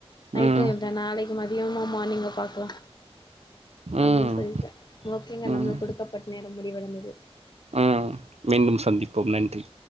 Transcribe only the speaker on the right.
ம்
ம்
ம்
ம் மீண்டும் சந்தீப்போம் நன்றி